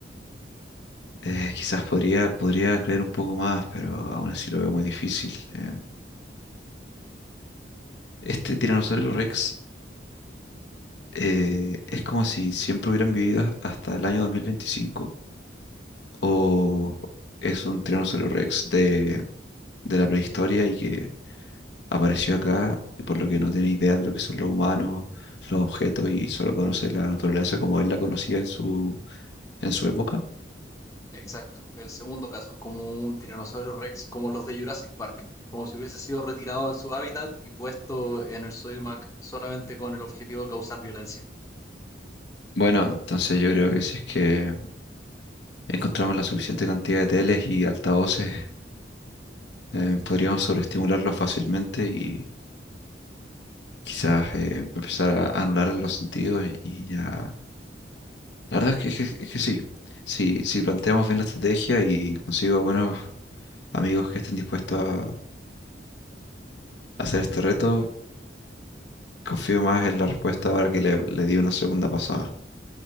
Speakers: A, on the left; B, on the left.
A: eh, quizás podría, podría creer un poco más, pero aún así lo veo muy difícil. Eh, este Tiranosaurio Rex eh, es como si siempre hubieran vivido hasta el año 2025 o es un Tiranosaurio Rex de, de la prehistoria y que apareció acá y por lo que no tiene idea de lo que son los humanos, los objetos y solo conoce la naturaleza como él la conocía en su, en su época.
B: Exacto, el segundo caso, como un tiranosaurio rex, como los de Jurassic Park, como si hubiese sido retirado de su hábitat y puesto en el Sodimac solamente con el objetivo de causar violencia.
A: Bueno, entonces yo creo que si es que encontramos la suficiente cantidad de teles y altavoces, eh, podríamos sobreestimularlos fácilmente y quizás eh, empezar a anular los sentidos y ya... La verdad es que, es que, es que sí, si, si planteamos bien la estrategia y consigo buenos amigos que estén dispuestos a hacer este reto, Confío más en la respuesta ahora que le, le di una segunda pasada.